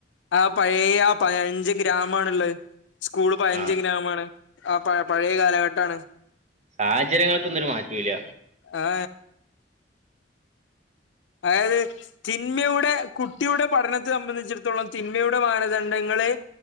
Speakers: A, on the left (about 85°); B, on the right (about 40°).
A: ആഹ പഴയ ആഹ പതിനഞ്ച് ഗ്രാമണുള്ളത് സ്കൂള് പഴഞ്ചം
B: ആ
A: ഗ്രാമമാണ് ആഹ പഴ പഴയ കാലഘട്ടമാണ്
B: സാഹചര്യങ്ങൾക്കൊന്നും ഒരു മാറ്റല്ല
A: ആ അതായത് തിന്മയുടെ കുട്ടിയുടെ പഠനത്തെ സംബന്ധിച്ചിടത്തോളം തിന്മയുടെ മാനദണ്ഡങ്ങള്